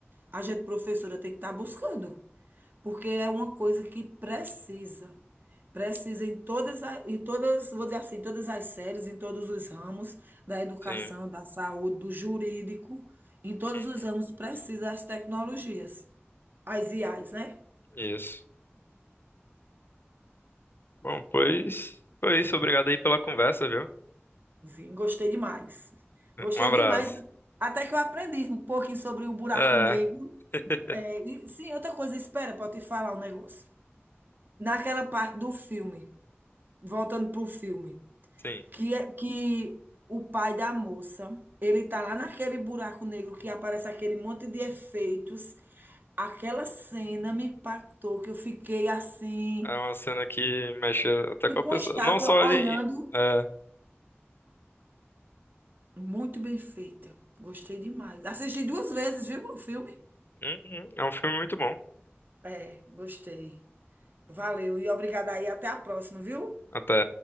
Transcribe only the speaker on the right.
A gente, professora, tem que estar buscando. porque é uma coisa que precisa. Precisa em todas, a- em todas, vou dizer assim, em todas as séries, em todos os ramos da educação,
da saúde, do jurídico, em todos
os ramos precisa as tecnologias, as IAs, né?
Sim, gostei demais. Gostei
demais. Até que eu aprendi um pouquinho sobre o buraco
negro.
É, e, sim, outra coisa, espera, para te falar um negócio. Naquela parte do filme, voltando para o filme,
que, é- que o pai da moça, ele tá lá naquele buraco negro que aparece aquele monte de efeitos. Aquela cena me impactou, que eu fiquei assim,
com
a estátua
olhando.
Muito bem feita. Gostei demais. Assisti duas vezes, viu, o filme?
É, gostei. Valeu e obrigada aí. Até a próxima, viu?